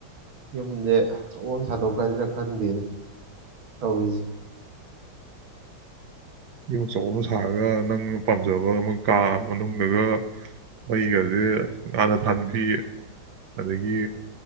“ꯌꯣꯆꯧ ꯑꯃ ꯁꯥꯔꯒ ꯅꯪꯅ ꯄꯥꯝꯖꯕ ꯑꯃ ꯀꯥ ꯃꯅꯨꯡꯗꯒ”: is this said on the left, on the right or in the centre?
Right